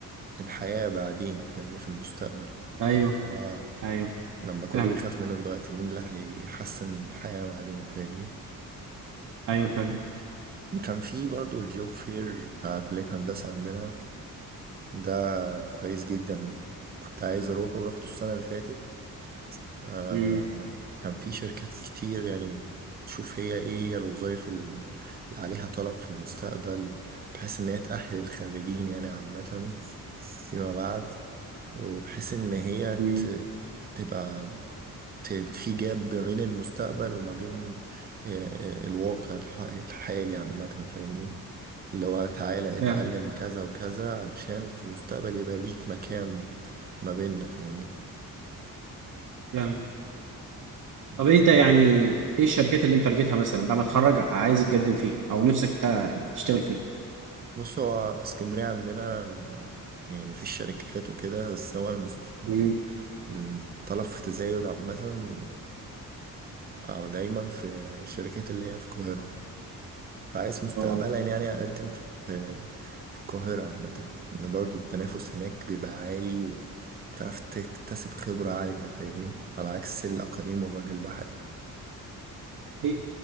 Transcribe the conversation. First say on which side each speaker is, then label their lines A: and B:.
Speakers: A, on the right; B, on the right.
A: الحياة بعدين فاهمني في المستقبل
B: ايوه
A: فاللي هو
B: ايوه
A: لما كله
B: فاهمك
A: بيخاف منه دلوقتي مين اللي هيحسن الحياة بعدين فاهمني
B: ايوه فعلا
A: كان في برضو الجوب فير بتاع كلية هندسة عندنا ده كويس جدا كنت عايز أروحه ورحته السنة اللي فاتت آه
B: امم
A: كان في شركات كتير يعني تشوف هي ايه هي الوظائف ال- اللي عليها طلب في المستقبل بحيث ان هي تأهل الخريجين يعني عامة فيما بعد وبحيث ان هي
B: امم
A: ت- تبقى ت- في جاب ما بين المستقبل وما بين آه، آه، الواقع الح- الحالي عامة فاهمني اللي هو تعالى اتعلم
B: فاهمك
A: كذا وكذا علشان في المستقبل يبقى ليك مكان ما بيننا فاهمني
B: فاهمك طب
A: بس
B: انت يعني ايه الشركات اللي انت تارجتها مثلا بعد ما تتخرج عايز تقدم فيه او نفسك تع- تشتغل فيه
A: بص هو في اسكندرية عندنا يعني مفيش شركات وكده بس هو المست...
B: امم
A: الطلب في تزايد عامة آه، دايما في الشركات اللي هي في القاهرة فعايز مستقبلا
B: واو.
A: يعني أقدم في في القاهرة عامة إن برضو التنافس هناك بيبقى عالي وبتعرف تكتسب خبرة عالية فاهمني على عكس الأقاليم والوجه البحري
B: هي